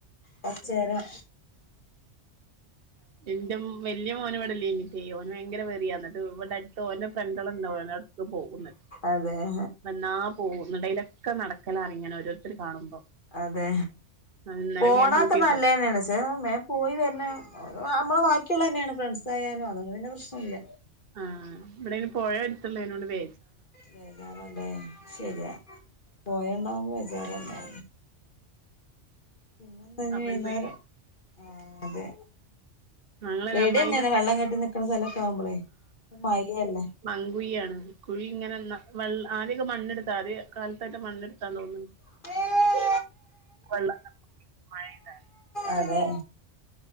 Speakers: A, on the left; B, on the right.
A: കുറച്ചേരം
B: ഇന്റെ വല്യയ മോൻ ഇവിടെ ഇല്യഞ്ഞിടെ ഓന് ഭയങ്കര വെറിയ ഇന്നട്ട് ഇവിടെആടുത് ഓന്റെ ഫ്രണ്ടള് ഇണ്ട വോലേ പോകുന്നുണ്ട്
A: അതെ
B: വേന്നാ പോകും ഇന്നട്ട് അയിലൊക്കെ നടക്കലാണ് ഇങ്ങനെ ഓരോരുത്തർ കാണുമ്പോ
A: അതെ
B: ആ ഇന്നലൊക്കെ
A: പോണൊക്കെ
B: ഞാൻ പൂട്ടിയിട്ടത്
A: നല്ലതെന്നണ് മേ പോയി വര്നേ നമ്മളെ ബാക്കിയ്ള്ളത് തന്നെയാണ് ഫ്രണ്ട്സ് ആയാലും അതോണ്ട് പിന്നെ പ്രശ്നല്ല
B: ആഹ് ഇവിടെ ഇയ്ന് പുഴയ എട്ത്ത് ള്ളേണ്ട് <unintelligible> അതിനോണ്ട് വേ
A: വേചാറല്ലേ ശരിയാ പോയണ്ടാവുമ്പോ വിചാറല്ലേ പിന്നെ എന്താ ഇഞ്ഞ്
B: അപ്പൊ
A: വേയ്ന്നാരം
B: ഒരു പേ
A: ആ അതെ
B: ഞങ്ങളൊരു
A: പേടി
B: അമ്മായിന്റെ
A: എന്നെയാണ് വെള്ളം കെട്ടി നിക്ക്ണ സ്ഥലേക്കെ ആവുമ്പോളേ ഇപ്പം മഴല്ലേ
B: മങ്കുയിയാണ് കുഴി ഇങ്ങനെ വെള ആദ്യക്കെ മണ്ണെട്ത്താൽ കാലത്തായിട്ട് മണ്ണെടുത്താന്ന് തോന്നുന്നുണ്ട്
A: <inaudible>
B: അ <inaudible> മഴപെയ്തോ
A: അതെ